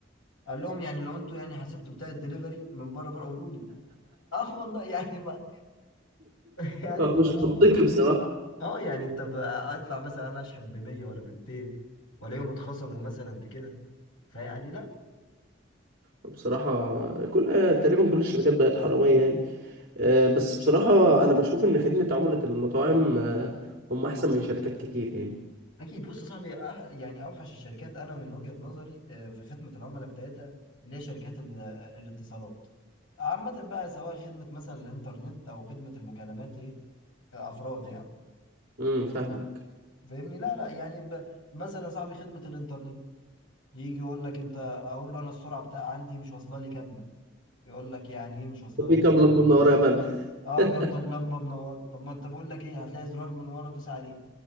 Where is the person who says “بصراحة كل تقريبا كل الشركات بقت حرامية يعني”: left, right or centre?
Right